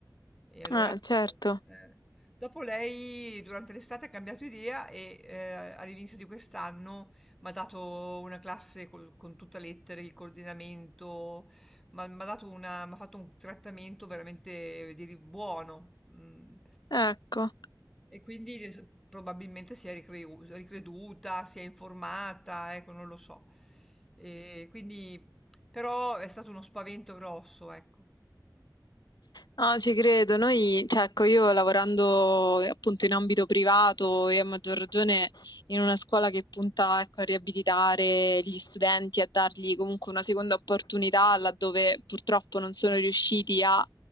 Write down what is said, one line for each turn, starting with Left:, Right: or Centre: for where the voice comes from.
Centre: E allora,
Left: Ah, certo,
Centre: eh, dopo lei durante l'estate ha cambiato idea e eh, all'inizio di quest'anno mi ha dato una classe col- con tutta lettere, il coordinamento, ma mi ha dato una- m'ha fatto un trattamento veramente eh, di- buono. mm.
Left: ecco.
Centre: E quindi eh, probabilmente si è ricreu- ricreduta, si è informata, ecco, non lo so. E quindi, però è stato uno spavento grosso, ecco.
Left: No, ci credo. Noi, cioè, ecco, io lavorando eh, appunto in ambito privato e a maggior ragione in una scuola che punta, ecco, a riabilitare gli studenti, a dargli comunque una seconda opportunità laddove purtroppo non sono riusciti a